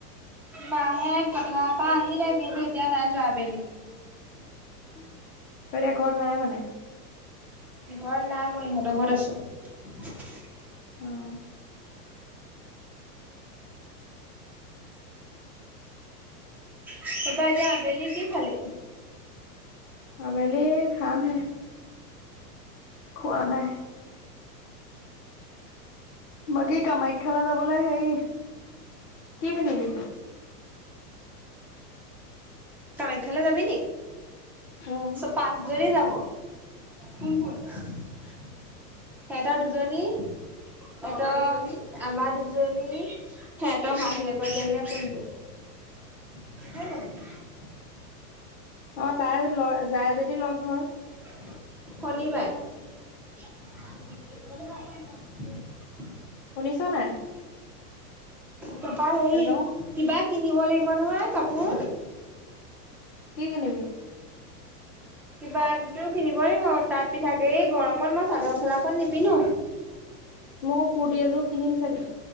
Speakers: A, in the centre; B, on the left.
A: মাহে পথাৰৰ পৰা আহিলে কিন্তু এতিয়া নাই যোৱা আবেলি।
B: তই এতিয়া ঘৰত নাই মানে।
A: ঘৰত নাই মই ইহঁতৰ ঘৰত আছোঁ।
B: অ'।
A: তাৰপৰা এতিয়া আবেলি কি খালি?
B: আবেলি খামহে। খোৱা নাই। বাকী কামাখ্যালৈ যাবলৈ হেৰি কি পিন্ধিবি।
A: কামাখ্যালৈ যাবি নি,
B: উম,
A: পাঁচজনী যাব। সিহঁতৰ দুজনী। সিহঁতৰ আমাৰ দুজনী সিহঁতৰ মাহীয়েকৰ জীয়েক নে কোন <unintelligible>
B: <unintelligible>
A: <inaudible>
B: অ' তাই ল যাই যদি লগ ধৰ।
A: শনিবাৰ।
B: শুনিছোঁ নাই।
A: তাৰপৰা হেৰি,
B: হেল্ল',
A: কিবা কিনিব লাগিব নহয় কাপোৰ।
B: কি কিনিবি?
A: কিবা একযোৰ কিনিব লাগিব তাত পিন্ধাকে এই গৰমত মই চাদৰ মেখেলাখন নিপিন্ধো।
B: মই কুুৰটি এযোৰ কিনিম চাগে,